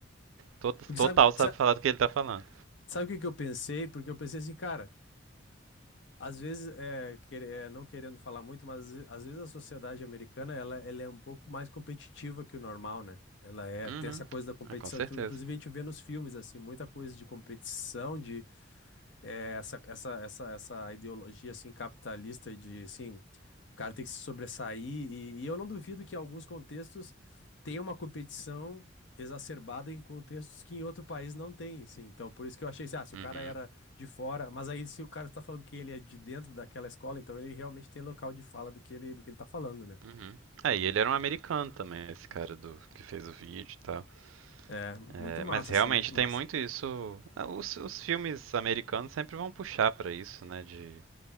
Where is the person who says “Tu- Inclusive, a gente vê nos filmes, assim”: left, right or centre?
Left